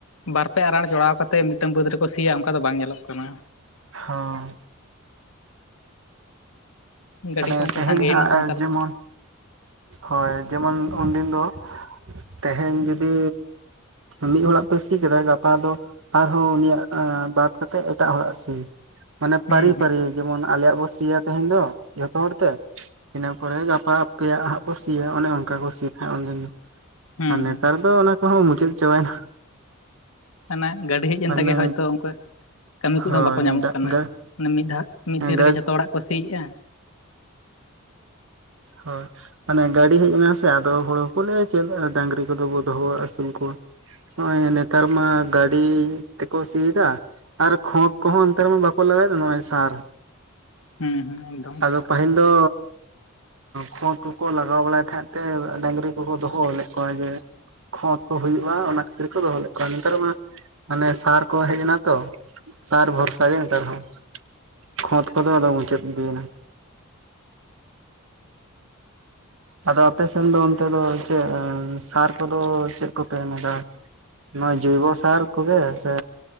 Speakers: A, on the left; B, on the right.
A: ᱵᱟᱨᱯᱮ ᱟᱨᱟᱲ ᱡᱚᱲᱟᱣ ᱠᱟᱛᱮᱜ ᱢᱤᱫᱴᱟᱝ ᱵᱟᱹᱫᱽ ᱨᱮᱠᱚ ᱥᱤᱭᱟ ᱚᱱᱠᱟ ᱫᱚ ᱵᱟᱝ ᱧᱮᱞᱚᱜ ᱠᱟᱱᱟ
B: ᱦᱚᱸ
A: ᱜᱟᱹᱰᱤ
B: ᱢᱟᱱᱮ
A: ᱠᱚ ᱚᱱᱠᱟ
B: ᱛᱮᱦᱮᱧ
A: ᱥᱟᱸᱜᱮᱭᱮᱱᱟ
B: ᱦᱟᱸᱜ
A: ᱱᱮᱛᱟᱨ
B: ᱡᱮᱢᱚᱱ
A: ᱫᱚ
B: ᱦᱳᱭ ᱡᱮᱢᱚᱱ ᱩᱱᱫᱤᱱ ᱫᱚ ᱛᱮᱦᱮᱧ ᱡᱩᱫᱤ ᱢᱤᱫ ᱦᱚᱲᱟᱜ ᱯᱮ ᱥᱤ ᱠᱮᱫᱟ ᱜᱟᱯᱟ ᱫᱚ ᱟᱨᱦᱚᱸ ᱩᱱᱤᱭᱟᱜ ᱵᱟᱫ ᱠᱟᱛᱮᱫ ᱮᱴᱟᱜ ᱦᱚᱲᱟᱜ ᱥᱤ ᱢᱟᱱᱮ
A: ᱦᱩᱸ
B: ᱯᱟᱨᱤ
A: ᱦᱩᱸ
B: ᱯᱟᱨᱤ ᱡᱮᱢᱚᱱ ᱟᱞᱮᱭᱟᱜ ᱵᱚ ᱥᱤᱭᱟ ᱛᱟᱦᱮᱱ ᱫᱚ ᱡᱷᱚᱛᱚ ᱦᱚᱲ ᱛᱮ ᱤᱱᱟᱹ ᱯᱚᱨᱮ ᱜᱟᱯᱟ ᱟᱯᱮᱭᱟᱜ ᱦᱟᱸᱜ ᱦᱚᱸᱠᱚ ᱥᱤᱭᱟ ᱚᱱᱮ ᱚᱱᱠᱟ ᱠᱚ ᱥᱤᱭ ᱛᱟᱦᱮᱸᱜ ᱩᱱᱫᱤᱱ ᱫᱚ
A: ᱦᱩᱸ
B: ᱟᱨ ᱱᱮᱛᱟᱨ
A: ᱦᱩᱸ
B: ᱫᱚ ᱚᱱᱟ ᱚ ᱢᱩᱪᱟᱹᱫ ᱪᱟᱵᱟᱭ ᱮᱱᱟ
A: ᱚᱱᱟ ᱜᱟᱹᱰᱤ ᱦᱮᱡ
B: ᱢᱟᱱᱮ
A: ᱮᱱ ᱛᱮᱜᱮ ᱦᱳᱭ ᱛᱚ ᱩᱱᱠᱩ ᱠᱟᱹᱢᱤ ᱠᱚᱦᱚᱸ
B: ᱦᱳᱭ
A: ᱵᱟᱠᱚ ᱧᱟᱢᱚᱜ
B: ᱫᱟᱜ
A: ᱠᱟᱱᱟ
B: ᱫᱟᱜ
A: ᱢᱤᱫ ᱫᱷᱟᱣ ᱢᱤᱫ ᱫᱤᱱ ᱨᱮᱜᱮ
B: ᱜᱟᱹᱰ
A: ᱡᱷᱚᱛᱚ ᱦᱚᱲᱟᱜ ᱠᱚ ᱥᱤᱭᱮᱜᱼᱟ
B: ᱦᱳᱭ ᱢᱟᱱᱮ ᱜᱟᱹᱰᱤ ᱦᱮᱡ ᱮᱱᱟ ᱥᱮ ᱟᱫᱚ ᱦᱚᱲ ᱦᱚᱸᱠᱚ ᱞᱟᱹᱭᱼᱟ ᱪᱮᱫ ᱰᱟᱝᱨᱤ ᱠᱚᱫᱚ ᱵᱚ ᱫᱚᱦᱚ ᱟᱹᱥᱩᱞ ᱠᱚᱣᱟ ᱱᱚᱜᱼᱚᱭ ᱱᱮᱛᱟᱨ ᱢᱟ ᱜᱟᱹᱰᱤ ᱛᱮᱠᱚ ᱥᱤᱭᱮᱫᱟ ᱟᱨ ᱠᱷᱚᱛ ᱠᱚᱦᱚᱸ ᱚᱱᱛᱮ ᱨᱮᱢᱟ ᱵᱟᱠᱚ ᱞᱟᱜᱟᱣ ᱮᱫᱟ ᱱᱚᱜᱼᱚᱭ ᱥᱟᱨ
A: ᱦᱩᱸ ᱦᱩᱸ ᱮᱠ ᱫᱚᱢ᱾
B: ᱟᱫᱚ ᱯᱟᱹᱦᱤᱞ ᱫᱚ ᱠᱷᱚᱸᱛ ᱠᱚᱠᱚ ᱞᱟᱜᱟᱣ ᱵᱟᱲᱟᱭᱮᱫ ᱛᱟᱦᱮᱸᱫ ᱛᱮ, ᱰᱟᱝᱨᱤ ᱠᱚᱠᱚ ᱫᱚᱦᱚ ᱞᱮᱫ ᱠᱚᱣᱟ ᱡᱮ ᱠᱷᱚᱸᱛ ᱠᱚ ᱦᱩᱭᱩᱜᱼᱟ, ᱚᱱᱟ ᱠᱷᱟᱹᱛᱤᱨ ᱠᱚ ᱫᱚᱦᱚ ᱞᱮᱫ ᱠᱚᱣᱟ᱾ᱱᱮᱛᱟᱨ ᱢᱟ ᱢᱟᱱᱮ ᱥᱟᱨ ᱠᱚ ᱦᱮᱡ ᱮᱱᱟ ᱛᱚ ᱥᱟᱨ ᱵᱷᱚᱨᱥᱟ ᱜᱮ ᱱᱮᱛᱟᱨ ᱦᱚᱸ ᱠᱷᱚᱸᱛ ᱠᱚᱫᱚ ᱟᱫᱚ ᱢᱩᱪᱟᱹᱫ ᱤᱫᱤᱭᱮᱱᱟ᱾ ᱟᱫᱚ ᱟᱯᱮ ᱥᱮᱱ ᱫᱚ ᱚᱱᱛᱮ ᱫᱚ ᱪᱮᱫ ᱥᱟᱨ ᱠᱚᱫᱚ ᱪᱮᱫ ᱠᱚᱯᱮ ᱮᱢᱮᱫᱟ᱾ ᱱᱚᱣᱟ ᱡᱟᱹᱭᱵᱚ ᱥᱟᱨ ᱠᱚᱜᱮ ᱥᱮ